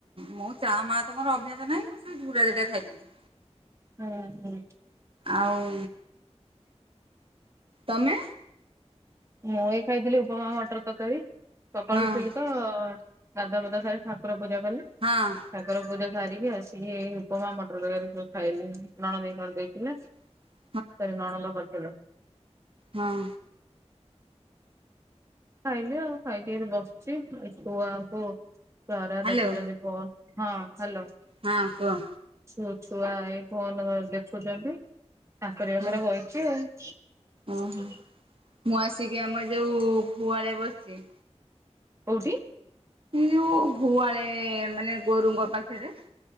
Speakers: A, on the right; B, on the right.
A: ମୁ ଚା ମା ତ ମର ଅଭ୍ୟାସ ନାହିଁ ମୁଁ ସେଇ ଝୁରା ଦିଟା ଖାଇଦେଇଚି।
B: ହୁଁ ହୁଁ।
A: ଆଉ ତମେ?
B: ମୁଁ ଏଇ ଖାଇଥିଲି ଉପମା ମଟର ତରକାରୀ ସକାଳୁ
A: ହଁ
B: ଉଠିଥିଲିତ ଗାଧୁଆ ପାଧୁଆ ସାରି ଠାକୁର ପୂଜା କଲି।
A: ହଁ।
B: ଠାକୁର ପୂଜା ସାରିକି ଆସିକି ଉପମା ମଟର ତରକାରୀ ଖାଇଲି, ନଣଦେଇ କରି ଦେଇଥିଲେ।
A: <inaudible>
B: ସରି ନଣନ୍ଦ କରିଥିଲେ।
A: ହଁ।
B: ଖାଇଲି ଆଉ ଖାଇକି ଏଇଠି ବସିଚି ଏଇ ଛୁଆଙ୍କୁ ଛୁଆଅରା
A: ହ୍ୟାଲୋ
B: ଦେଖୁଛନ୍ତି ବଲ୍ ହଁ ହାଲୋ।
A: ହଁ କୁହ।
B: ମୋ ଛୁଆ ଏଇ ଫୋନ ଦେଖୁଛନ୍ତି। ତାଙ୍କରି ପାଖରେ
A: ହଁ
B: ବଇଛି ଆଉ
A: ଓହୋ ମୁଁ ଆସିକି ଆମର ଯୋଉ ଗୁଆଳେ ବସିଛି।
B: କଉଠି!
A: ଯୋଉ ଗୁହାଳେ ଏ ମାନେ ଗୋରୁଙ୍କ ପାଖରେ